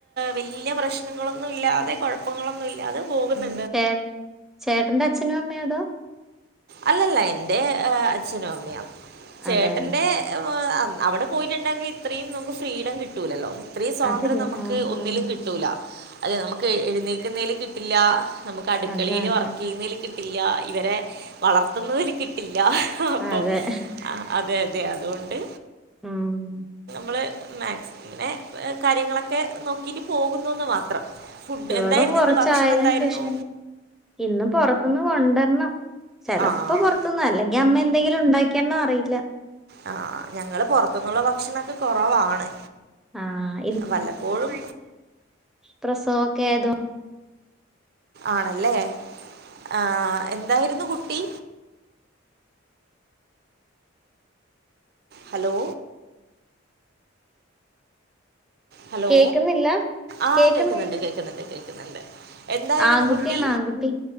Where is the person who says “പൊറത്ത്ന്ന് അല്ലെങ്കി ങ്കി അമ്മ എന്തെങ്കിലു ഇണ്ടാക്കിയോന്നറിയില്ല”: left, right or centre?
Centre